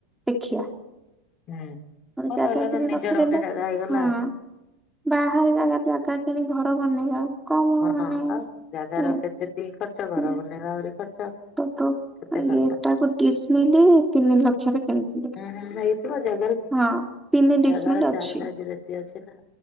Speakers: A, in the centre; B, on the left.
A: ଦେଖିବା।
B: ହୁଁ
A: ଗୋଟେ
B: ଭଲ
A: ଜାଗା
B: ହେଲା ନା
A: କିଣି
B: ନିଜର
A: ରଖିଦେଲେ,
B: ଗୋଟେ ଜାଗା ହେଇଗଲା।
A: ହଁ ବାହାର ଜାଗାରେ ଜାଗା କିଣି ଘର ବନେଇବା। କମ
B: ହଁ
A: ମାନେ
B: ଆଉ ଜାଗାର
A: ଏ
B: କେତେବି ଖର୍ଚ ଘର
A: ଉଁ,
B: ବନେଇବା ଆହୁରି ଖର୍ଚ୍ଚ।
A: ଏଟାକୁ
B: କେତେ ଖର୍ଚ୍ଚ।
A: ଡିସମିଲ ତିନି ଲକ୍ଷରେ କିଣିଥିଲି।
B: ପ୍ରଣାମ ଭାଇ। ଜାଗାର
A: ହଁ ତିନି ଡିସମିଲ
B: ଜାଗାର
A: ଅଛି
B: ଚାହିଦା ଆଜି ବେଶି ଅଛି ନା।